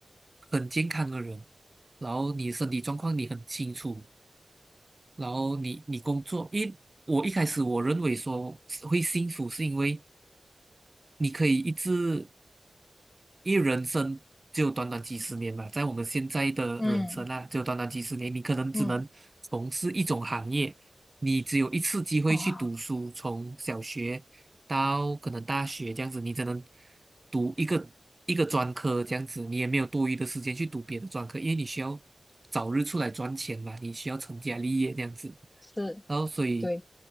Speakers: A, on the right; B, on the left.
A: 很健康的人，然后你身体状况你很清楚，然后你你工作，因我一开始我认为说是会幸福是因为你可以一直因为人生就短短几十年嘛，在我们现在的人生啊，
B: 嗯
A: 就短短几十年，你可能只能从事一种行业，
B: 嗯，嗯
A: 你只有一次机会去读书，
B: 哦，
A: 从小学到可能大学这样子，你只能读一个一个专科这样子，你也没有多余的时间去读别的专科，因为你需要早日出来赚钱嘛，你需要成家立业这样子，
B: 是
A: 然后所以
B: 对，